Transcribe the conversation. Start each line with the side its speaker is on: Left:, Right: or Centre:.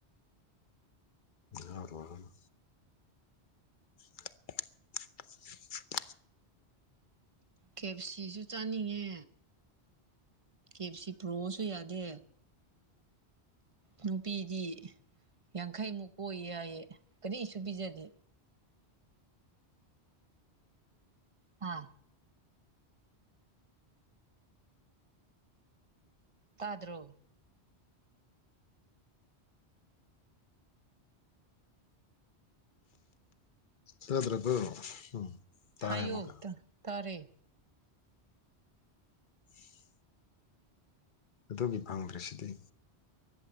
Left: ꯉꯥꯎꯔꯨꯔꯅꯨ <unintelligible>
Right: ꯀꯦ ꯑꯦꯐ ꯁꯤꯁꯨ ꯆꯥꯅꯤꯡꯉꯦ ꯀꯦ ꯑꯦꯐ ꯁꯤ ꯄꯨꯔꯛꯑꯣꯁꯨ ꯌꯥꯗꯦ ꯅꯨꯄꯤꯗꯤ ꯌꯥꯡꯈꯩꯃꯨꯛ ꯀꯣꯏ ꯌꯥꯏꯌꯦ ꯀꯔꯤꯁꯨ ꯄꯤꯖꯗꯦ ꯍꯥ ꯇꯥꯗ꯭ꯔꯣ
Left: ꯇꯥꯗ꯭ꯔꯕꯣ ꯎꯝ ꯇꯥꯔꯦ
Right: ꯍꯥꯏꯌꯣ
Left: ꯑꯃꯨꯛꯀ
Right: ꯇꯥ ꯇꯥꯔꯦ
Left: <inaudible> ꯑꯗꯨꯒꯤ ꯐꯪꯗ꯭ꯔꯁꯤꯗꯤ